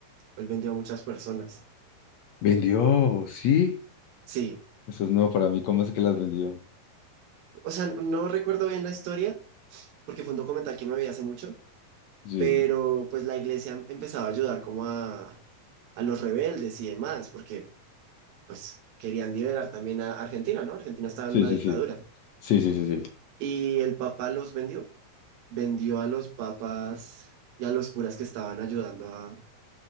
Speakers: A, on the right; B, on the left.
A: él vendió a muchas personas.
B: Vendió, sí.
A: Sí,
B: Eso es nuevo para mí. ¿Cómo es que las vendió?
A: o sea, no recuerdo bien la historia porque fue un documental que me vi hace mucho,
B: Sí,
A: pero pues la iglesia empezaba a ayudar como a, a los rebeldes y demás, porque pues querían liberar también a Argentina, ¿no? Argentina estaba
B: sí,
A: en una
B: sí,
A: dictadura.
B: sí. Sí, sí, sí, sí.
A: Y el Papa los vendió, vendió a los papas y a los curas que estaban ayudando a,